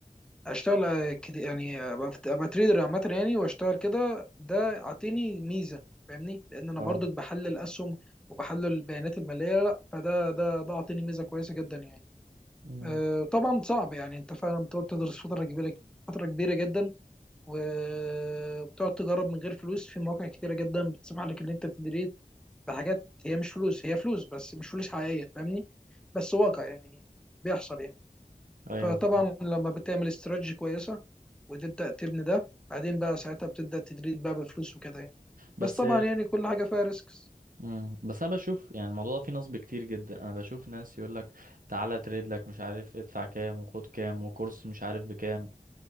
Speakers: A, in the centre; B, on the right.
A: أشتغل آه، كده يعني آه، أبقى أبقى تريدر عامة يعني وأشتغل كده ده أعطيني ميزة فاهمني لأن أنا
B: اه
A: برضك بحلل أسهم وبحلل البيانات المالية لا فده ده ده أعطيني ميزة كويسة جدا يعني
B: مم.
A: آه، طبعا صعب يعني أنت فعلا بتقعد تدرس فترة كبيرة فترة كبيرة جدا وبتقعد تجرب من غير فلوس في مواقع كتيرة جدا بتسمح لك ان انت تدريت بحاجات هي مش فلوس هي فلوس بس مش فلوس حقيقية فاهمني بس واقع يعني بيحصل يعني
B: ايوه
A: فطبعا
B: فاهم.
A: لما بتعمل استراتيجي كويسة وتبدأ تبني ده بعدين بقى ساعتها بتبدأ تدريت بقى بفلوس وكده يعني
B: بس
A: بس طبعا يعني كل حاجة فيها ريسكس
B: مم. بس انا بشوف يعني الموضوع ده فيه نصب كتير جدا انا بشوف ناس يقول لك تعالى تريد لك مش عارف ادفع كام وخد كام وكورس مش عارف بكام